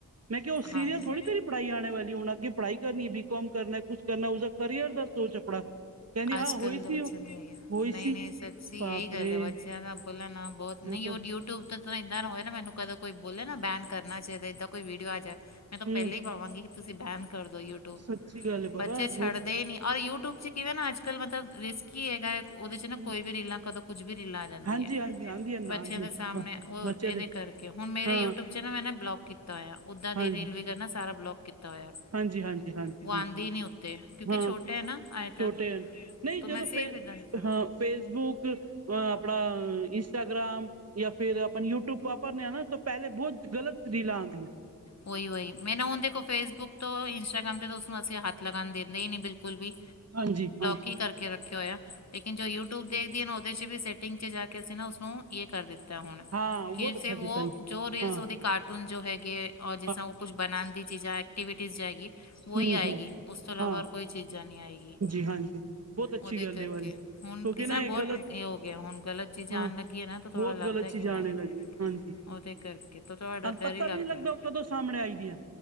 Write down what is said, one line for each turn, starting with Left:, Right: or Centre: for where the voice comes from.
Right: ਮੈਂ ਕਿਹਾ ਉਹ ਸੀਰੀਅਲ
Left: ਹਾਂ
Right: ਥੋੜ੍ਹੀ ਤੇਰੀ ਪੜ੍ਹਾਈ ਆਲੀ ਆਣੀ ਅੱਗੇ ਪੜ੍ਹਾਈ ਕਰਨੀ ਬੀਕਾਮ ਕਰਨਾ ਕੁਛ ਕਰਨਾ ਉਸਦਾ ਕਰੀਅਰ ਦਾ ਸੋਚ ਆਪਣਾ। ਕਹਿੰਦੀ ਹਾਂ
Left: ਅੱਜ-ਕੱਲ੍ਹ
Right: ਹੋਈ ਸੀ
Left: ਤਾਂ ਬੱਚਿਆਂ
Right: ਉਹ,
Left: ਨਹੀਂ ਏ
Right: ਹੋਈ
Left: ਨਹੀਂ-ਨਹੀਂ
Right: ਸੀ
Left: ਸੱਚੀ
Right: ਬਾਪ
Left: ਇਹੀ ਗੱਲ
Right: ਰੇ
Left: ਏ ਬੱਚਿਆਂ ਦਾ, ਕੋਲਾ ਨਾ ਬਹੁਤ ਨਹੀਂ
Right: ਮੈਂ ਤਾਂ
Left: ਉਹ ਯੂਟਿਊਬ, ਤਾਂ ਇੱਦਾਂ ਨਾ ਹੋਏ ਨਾ ਮੈਨੂੰ ਕਦੇ ਕੋਈ ਬੋਲੇ ਨਾ ਬੈਨ ਕਰਨਾ ਚਾਹੀਦਾ ਏਦਾਂ ਕੋਈ ਵੀਡੀਓ ਆ ਜਾਏ। ਮੈਂ ਤੋਂ
Right: ਹੂੰ,
Left: ਪਹਿਲਾ ਈ ਪਾਵਾਂਗੀ ਕਿ ਤੁਸੀਂ ਬੈਨ ਕਰਦੋ ਯੂਟਿਊਬ
Right: ਸੱਚੀ ਗੱਲ ਹੈ ਬਾਬਾ
Left: ਬੱਚੇ ਛੱਡਦੇ
Right: ਬਹੁਤ
Left: ਨੀ ਔਰ ਯੂਟਿਊਬ ਚ ਕਿਵੇਂ ਨਾ ਅੱਜ-ਕੱਲ੍ਹ ਮਤਲਬ ਰਿਸਕੀ ਈ ਹੈਗਾ। ਉਹਦੇ ਚ ਨਾ
Right: ਹੂੰ,
Left: ਕੋਈ ਵੀ ਰੀਲਾਂ ਕਦੋਂ ਕੁੱਝ ਵੀ ਰੀਲਾਂ ਅ ਜਾਂਦੀ
Right: ਹਾਂਜੀ-ਹਾਂਜੀ
Left: ਏ।
Right: ਆਂਦੀ ਐ
Left: ਬੱਚਿਆਂ
Right: ਨਾ ਆਂਦੀ
Left: ਦੇ
Right: ਐ।
Left: ਸਾਹਮਣੇ ਉਹ
Right: ਬੱਚੇ
Left: ਇਹਦੇ
Right: ਦੇ
Left: ਕਰਕੇ ਹੁਣ ਮੇਰੇ
Right: ਹਾਂ,
Left: ਯੂਟਿਊਬ ਉਹ ਚ ਨਾ ਮੈਂ ਨੇ ਬਲੋਕ ਕੀਤਾ ਹੋਇਆ। ਉੱਦਾਂ ਦੀ
Right: ਹਾਂਜੀ,
Left: ਰੀਲ ਵਗੈਰਾ ਨਾ ਸਾਰਾ ਬਲੋਕ ਕੀਤਾ ਤਾਂ ਹੋਇਆ।
Right: ਹਾਂਜੀ-ਹਾਂਜੀ, ਹਾਂਜੀ-ਹਾਂਜੀ
Left: ਉਹ ਆਂਦੇ ਈ ਨਹੀਂ ਉੱਤੇ ਕਿਉਂਕਿ
Right: ਹਾਂ
Left: ਛੋਟੇ ਐ ਨਾ ਆਏ ਤਾਂ।
Right: ਛੋਟੇ ਹਨ। ਨਹੀਂ ਜਦੋਂ
Left: ਮੈਂ ਸੇਫ
Right: ਫੇ
Left: ਇੱਦਾਂ ਦਿੱਤਾ
Right: ਹ ਫੇਸਬੁੱਕ, ਆਪਣਾ ਇੰਸਟਾਗ੍ਰਾਮ, ਜਾਂ ਫੇਰ ਆਪਾਂ ਯੂਟਿਊਬ ਵਾਪਰਨ ਨੇ ਆ ਨਾ ਤੋਂ ਪਹਿਲੇ ਬਹੁਤ ਗਲਤ ਰੀਲਾਂ ਆਦੀਆਂ।
Left: ਉਹੀ-ਉਹੀ ਮੈਨੂੰ ਹੁਣ ਦੇਖੋ ਫੇਸਬੁੱਕ ਤੋਂ ਇੰਸਟਾਗ੍ਰਾਮ ਤੇ ਉਸਨੂੰ ਅਸੀਂ ਹੱਥ ਲਗਾਣ ਦਿੰਦੇ ਈ ਨੀ ਬਿਲਕੁਲ ਵੀ।
Right: ਹਾਂਜੀ ਹਾਂਜੀ।
Left: ਕੀ ਕਰਕੇ ਰੱਖਿਆ ਹੋਇਆ ਲੇਕਿਨ ਜੋ ਯੂਟਿਊਬ ਦੇਖਦੀ ਏ ਨਾ ਉਹਦੇ ਚ ਵੀ ਸੈਟਿੰਗ ਚ ਜਾ ਕੇ ਅਸੀ ਨਾ ਉਸਨੂੰ ਜੇ ਕਰ ਦਿੱਤਾ ਹੁਣ।
Right: ਹਾਂ ਬਹੁਤ
Left: ਕਿਰ
Right: ਅੱਛਾ
Left: ਸੇ
Right: ਕੀਤਾ
Left: ਵੋ
Right: ਨੇ
Left: ਜੋ ਰੀਲਸ
Right: ਹਾਂ
Left: ਉਹਦੇ ਕਾਰਟੂਨ ਚ ਹੈਗੇ ਐ ਔਰ ਜਿਸ
Right: ਹਾਂ
Left: ਤਰ੍ਹਾਂ ਉਹ ਕੁਛ ਬਣਾ ਦੀ ਚੀਜ਼ਾਂ ਐਕਟੀਵਿਟੀਜ਼ ਜਾਏਗੀ ਵੋਈ
Right: ਹੂੰ
Left: ਆਏਗੀ।
Right: ਹੂੰ
Left: ਉਸ ਤੋਂ ਇਲਾਵਾ
Right: ਹਾਂ
Left: ਹੋਰ ਕੋਈ ਚੀਜ਼ਾਂ ਨਹੀਂ ਆਏਗੀ।
Right: ਜੀ ਹਾਂਜੀ। ਬਹੁਤ ਅੱਛੀ
Left: ਉਹਦੇ
Right: ਗੱਲ
Left: ਕਰਕੇ
Right: ਇਹ ਵਾਲੀ ਕਿਉਂਕਿ
Left: ਹੁਣ ਕਿਸੇ
Right: ਨਾ
Left: ਨੇ ਬਹੁਤ
Right: ਗਲਤ
Left: ਇਹ ਹੋ ਗਿਆ ਹੁਣ ਗਲਤ ਚੀਜ਼
Right: ਹਾਂ
Left: ਆਣ ਲੱਗੀ ਐ ਨਾ, ਥੋੜ੍ਹਾ
Right: ਬਹੁਤ
Left: ਲੱਗਦਾ
Right: ਗਲਤ
Left: ਐ
Right: ਚੀਜ਼
Left: ਕਿ ਨਹੀਂ।
Right: ਆਣੇ ਲੱਗੀ ਹਾਂਜੀ
Left: ਉਹਦੇ ਕਰਕੇ ਤਾਂ ਥੋੜ੍ਹਾ
Right: ਤੁਹਾਨੂੰ
Left: ਡ ਡਰ
Right: ਪਤਾ
Left: ਹੀ ਲੱਗਦਾ
Right: ਵੀ ਨਹੀਂ
Left: ਐ।
Right: ਉਹ ਕਦੋਂ ਸਾਹਮਣੇ ਆਈ ਦੀਆਂ